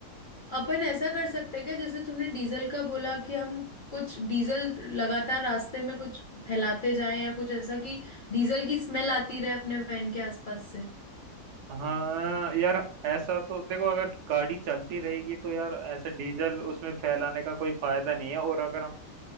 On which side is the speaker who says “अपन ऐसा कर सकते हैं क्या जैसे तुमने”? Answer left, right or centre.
Left